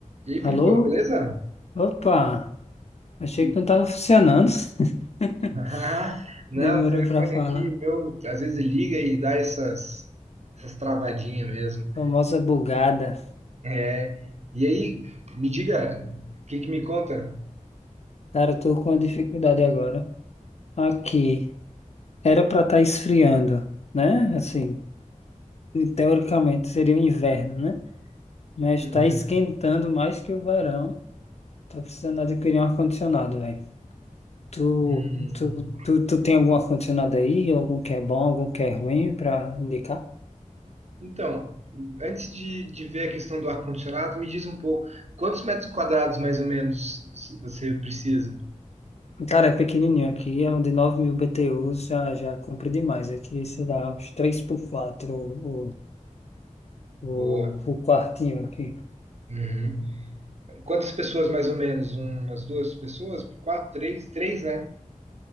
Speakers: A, on the right; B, on the left.
A: E aí,
B: Alô?
A: Filipão, beleza?
B: Opa, achei
A: E-
B: que não estava funcionando. <laughs>
A: <laughs> Não,
B: Demorou
A: o telefone
B: para falar.
A: aqui, meu, às vezes liga e dá essas, essas travadinhas mesmo.
B: Famosa bugada.
A: É, e aí, me diga, o que que me conta?
B: Cara, eu tô com uma dificuldade agora. Aqui, era para estar esfriando, né? Assim, teoricamente seria o inverno, né? Mas
A: Uhum.
B: tá esquentando mais que o verão. Tô precisando adquirir um ar-condicionado, velho. Tu,
A: Hum,
B: tu, tu, tu tem algum ar-condicionado aí? Algum que é bom, algum que é ruim para indicar?
A: Então, antes de, de ver a questão do ar-condicionado, me diz um pouco, quantos metros quadrados, mais ou menos, você precisa?
B: Cara, é pequenininho aqui, é um de nove mil BTUs, já, já cumpre demais aqui, sei lá, uns 3 por 4 o,
A: Boa.
B: o, o quartinho aqui.
A: Uhum. Quantas pessoas, mais ou menos? Umas duas pessoas? Quatro, três? Três, né?